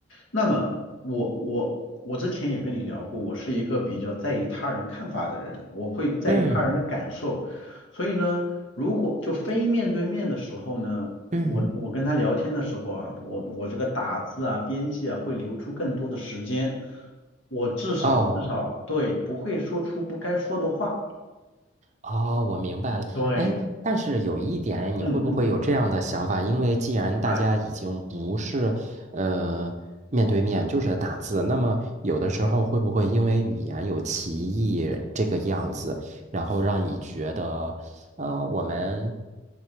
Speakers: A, on the left; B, on the right.
A: 那么我我我之前也跟你聊过，我是一个比较在意他人看法的人，我会在意他人的感受，
B: 嗯
A: 所以呢，如果就非面对面的时候呢，
B: 嗯，
A: 我我跟他聊天的时候啊，我我这个打字啊、编辑啊会留出更多的时间，我至少至少对不会说出不该说的话。
B: 哦。哦，我明白了。
A: 对，
B: 哎，但是有一点，
A: 嗯嗯，
B: 你会不会有这样的想法？因为既然大家已经不是呃面对面，
A: 哎，
B: 就是打字，那么有的时候会不会因为语言有歧义这个样子，然后让你觉得，呃，我们